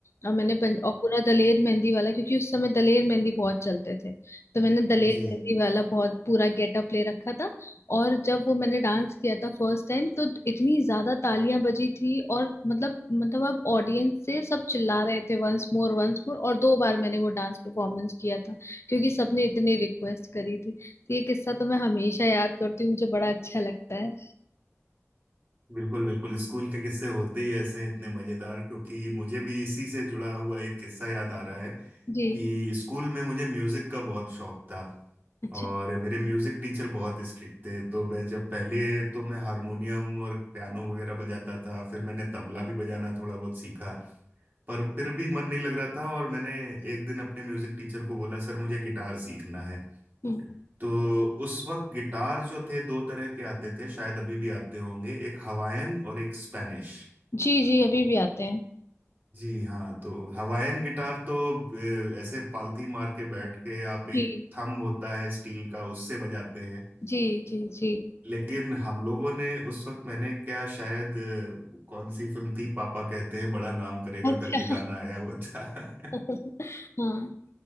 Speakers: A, on the left (about 55°); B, on the right (about 40°).
A: और मैंने पं, और पूरा दलेर मेहंदी वाला क्योंकि उस समय दलेर मेहंदी बहुत चलते थे तो मैंने दलेर
B: जी
A: मेहंदी वाला बहुत पूरा गेटअप ले रखा था और जब वो मैंने डांस किया था फर्स्ट टाइम तो इतनी ज्यादा तालियां बजी थी और मतलब मतलब अब ऑडियंस से सब चिल्ला रहे थे वंस मोर वंस मोर और दो बार मैंने वो डांस परफॉर्मेंस किया था क्योंकि सबने इतनी रिक्वेस्ट करी थी तो ये किस्सा तो मैं हमेशा याद करती हूँ मुझे बड़ा अच्छा लगता है
B: बिल्कुल बिल्कुल स्कूल के किस्से होते ही ऐसे हैं इतने मजेदार क्योंकि मुझे भी इसी से जुड़ा हुआ एक किस्सा याद आ रहा है कि
A: जी
B: स्कूल में मुझे म्यूजिक का बहुत शौक था
A: अच्छा
B: और मेरे म्यूजिक टीचर बहुत स्ट्रिक्ट थे तो मैं जब पहले तो मैं हारमोनियम और पियानो वगैरह बजाता था फिर मैंने तबला भी बजाना थोड़ा बहुत सीखा पर फिर भी मन नहीं लग रहा था और मैंने एक दिन अपने म्यूजिक टीचर को बोला सर मुझे गिटार सीखना है
A: हम्म
B: तो उस वक्त गिटार जो थे दो तरह के आते थे शायद अभी भी आते होंगे एक हवायन और एक स्पेनिश
A: जी जी अभी भी आते हैं
B: जी हाँ तो हवायन गिटार तो अ, ऐसे पालथी मार के बैठ के आप एक
A: जी
B: थंब होता है स्टील का उससे बजाते हैं
A: जी जी जी
B: लेकिन हम लोगों ने उस वक्त मैंने क्या शायद अ, कौन सी फिल्म थी पापा कहते हैं बड़ा नाम करेगा
A: अच्छा
B: करके गाना आया हुआ था <laughs>
A: <laughs> हाँ